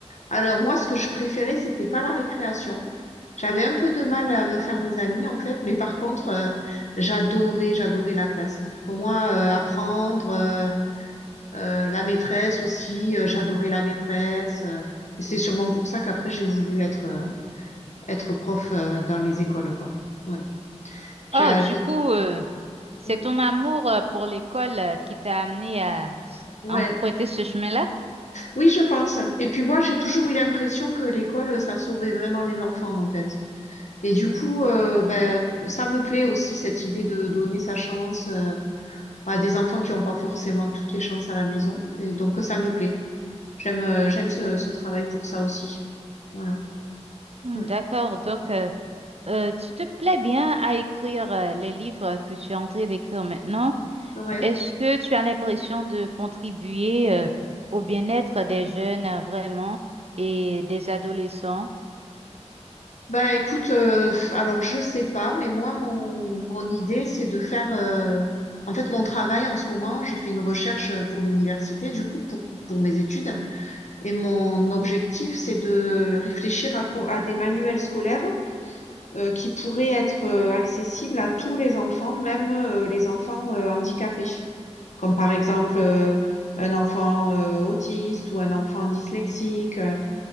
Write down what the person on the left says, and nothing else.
Alors moi, ce que je préférais, c'était pas la récréation. J'avais un peu de mal à me faire des amis, en fait, mais par contre, euh, j'adorais, j'adorais la classe. Pour moi, euh, apprendre, euh, euh, la maîtresse aussi, euh, j'adorais la maîtresse. euh, et c'est sûrement pour ça qu'après, j'ai voulu être, euh, être prof, euh, dans les écoles, quoi. Ouais. J'ai,
j'ai-
Mm.
Ouais.
Oui, je pense. Et puis moi, j'ai toujours eu l'impression que l'école, ça sauvait vraiment les enfants, en fait. Et du coup, euh, ben, ça me plaît aussi cette idée de donner sa chance euh, à des enfants qui n'ont pas forcément toutes les chances à la maison. Et donc ça me plaît. J'aime euh, j'aime ce, ce travail pour ça aussi. Voilà.
Mm.
Ouais.
Bah écoute, euh, alors je sais pas, mais moi mon mon idée c'est de faire. euh, en fait, mon travail en ce moment, je fais une recherche pour l'université, du coup pour pour mes études. Et mon objectif c'est de réfléchir à co- à des manuels scolaires euh, qui pourrait être euh, accessible à tous les enfants, même euh, les enfants euh, handicapés, comme par exemple euh, un enfant euh, autiste ou un enfant dyslexique. euh.